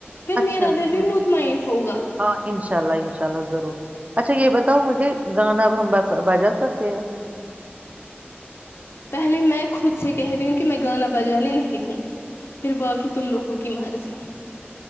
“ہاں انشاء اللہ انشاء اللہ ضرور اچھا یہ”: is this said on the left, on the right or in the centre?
Right